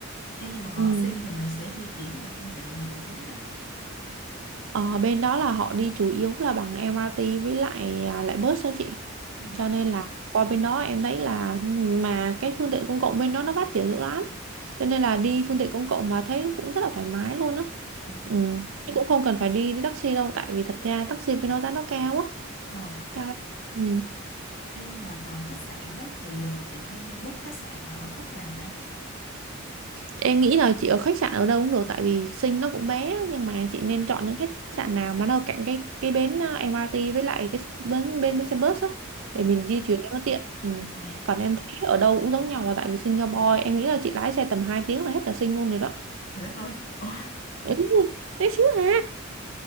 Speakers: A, on the left; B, on the right.
A: Ê, nhưng mà có
B: ừ.
A: sinh thì mình sẽ di chuyển bằng phương tiện gì là chính ta
B: Ờ, bên đó là họ đi chủ yếu là bằng MRT với lại à, lại bus đó chị.
A: ừ.
B: Cho nên là qua bên đó em thấy là mà cái phương tiện công cộng bên đó nó phát triển dữ lắm. Cho nên là đi phương tiện công cộng mà thấy cũng rất là thoải mái luôn á.
A: ờ.
B: Ừ. Chứ cũng không cần phải đi đi taxi đâu tại vì thật ra taxi bên đó giá nó cao á,
A: ờ.
B: cao lắm. Ừ.
A: Ê, nhưng mà còn khách sạn ấy, thì ờ, chị đang book khách sạn ở khúc nào ta
B: Em nghĩ là chị ở khách sạn ở đâu cũng được tại vì Sing nó cũng bé nhưng mà chị nên chọn những khách sạn nào mà nó ở cạnh cái cái bến ờ, MRT với lại cái bến bên bến xe bus á
A: ừ.
B: để mình di chuyển cho nó tiện. Ừ.
A: ờ.
B: Còn em thấy ở đâu cũng giống nhau và tại vì Singapore em nghĩ là chị lái xe tầm 2 tiếng là hết cả Sing luôn rồi đó.
A: Trời đất ơi <laughs>
B: Ừ, tí xíu à.